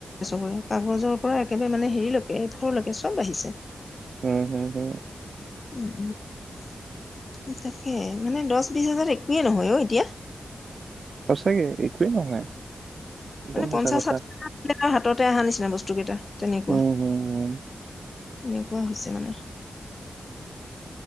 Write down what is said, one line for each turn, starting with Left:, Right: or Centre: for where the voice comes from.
Left: চবৰে কাগজৰ পৰা একেবাৰে মানে হেৰিলৈকে, এফৰলৈকে চব বাহিছে।
Right: হম, হম, হম।
Left: উম' উম' তাকে, মানে দহ বিশ হাজাৰ একোৱে নহয় অ এতিয়া।
Right: সঁচাকে এক একোৱেই নহয় একদম
Left: মানে পঞ্চাশষাঠিশ
Right: সঁচা কথা।
Left: হাততে অহা নিচিনা বস্তুকেইটা তেনেকুৱা
Right: উম, হুম, হুম।
Left: এনেকুৱা হৈছে মানে